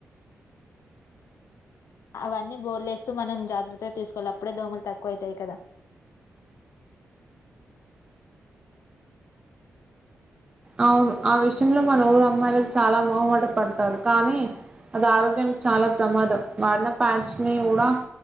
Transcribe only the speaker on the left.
అవన్నీ బోర్లేస్తూ మనం జాగ్రత్తగా తీసుకోవాలి అప్పుడే దోమలు తక్కువ అవుతాయి కదా